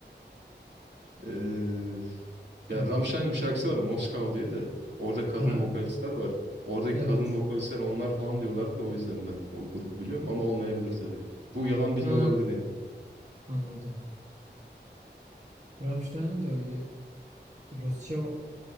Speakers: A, on the right (about 70°); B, on the right (about 40°).
A: Ee, ya
B: Onu
A: Rammstein'in bir şarkısı var Moskow diye de. Orada kadın
B: ha,
A: vokalistler var. Oradaki
B: evet.
A: kadın vokalistler onlar falan diyorlardı da o yüzden ben o grubu biliyorum ama olmayabilir tabii. Bu yalan
B: Ha
A: bilgi olabilir yani.
B: anladım. Rammstein'in de öyle Rusça